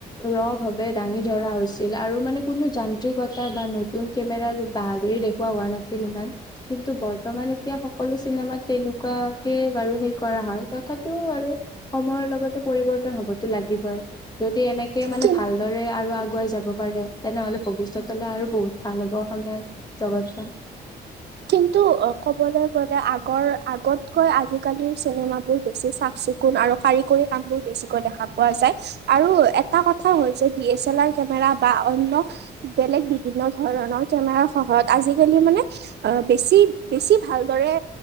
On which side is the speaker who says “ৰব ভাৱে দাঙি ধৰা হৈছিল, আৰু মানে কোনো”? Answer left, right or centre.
Left